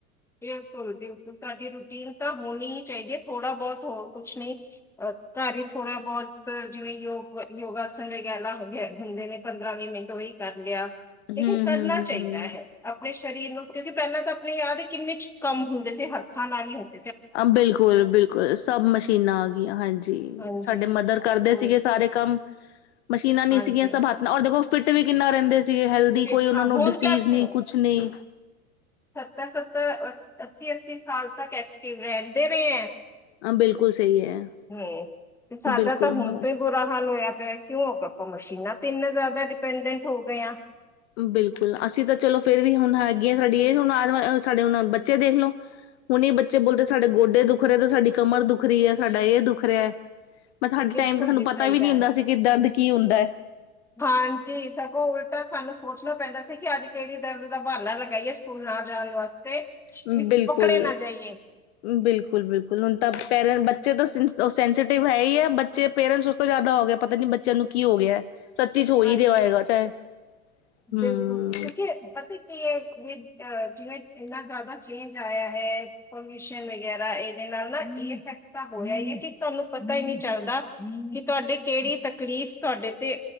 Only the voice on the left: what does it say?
ਹਮ
ਹਮ ਹਮ
ਹਮ
ਬਿਲਕੁਲ ਬਿਲਕੁਲ ਸਭ ਮਸ਼ੀਨਾਂ ਆ ਗਈਆਂ ਹਾਂਜੀ
ਸਾਡੇ ਮਦਰ ਕਰਦੇ
ਸੀਗੇ। ਸਾਰੇ ਕੰਮ। ਮਸ਼ੀਨਾਂ ਨਹੀਂ
ਸੀਗੀਆਂ ਸਭ ਹੱਥ ਨਾਲ ਔਰ ਦੇਖੋ ਫਿੱਟ ਵੀ ਕਿੰਨਾ ਰਹਿੰਦੇ ਸੀ। ਸੀਗੇ ਹੈਲਦੀ
ਕੋਈ ਉਹਨਾਂ
ਨੂੰ
ਡਿਸੀਜ਼
ਨਹੀਂ ਕੁਛ ਨਹੀਂ।
ਹਾਂ ਬਿਲਕੁਲ ਸਹੀ ਹੈ
ਬਿਲਕੁਲ
ਹ
ਬਿਲਕੁਲ ਅਸੀਂ ਤਾਂ ਚਲੋ ਫਿਰ ਵੀ ਹੁਣ ਹੈਗੀ ਹਾਂ ਸਾਡੀ ਇਹ ਹੁਣ ਆਦ ਸਾਡੇ ਹੁਣ ਬੱਚੇ ਦੇਖ ਲਓ ਹੁਣ ਬੱਚੇ ਬੋਲਦੇ ਸਾਡੇ ਗੋਡੇ ਦੁੱਖ ਰਹੀ ਹੈ ਤਾਂ ਸਾਡੀ ਕਮਰ ਦੁੱਖ ਰਹੀ ਹੈ ਸਾਡਾ ਇਹ ਦੁੱਖ ਰਿਹਾ ਮ ਸਾਡੇ
ਟਾਈਮ ਤੇ ਸਾਨੂੰ
ਪਤਾ
ਵੀ
ਨਹੀਂ ਹੁੰਦਾ
ਸੀ ਕਿ ਦਰਦ ਕੀ ਹੁੰਦਾ ਹੈ
ਬਿਲਕੁਲ
ਬਿਲਕੁਲ ਬਿਲਕੁਲ ਹੁਣ ਤਾਂ ਪੇਰ ਬੱਚੇ ਤੋਂ ਸੈਂਸਟਿਵ ਹੈ ਹੀ ਹੈ ਬੱਚੇ ਪੇਰੈਂਟਸ ਉਸ ਤੋਂ ਜ਼ਿਆਦਾ ਹੋ ਗਿਆ ਪਤਾ ਨੀ ਬੱਚਿਆਂ ਨੂੰ ਕੀ ਹੋ ਗਿਆ ਸੱਚੀ ਚ ਹੋ ਹੀ
ਰਿਹਾ ਹੈਗਾ ਚਾਹੇ ਹਮ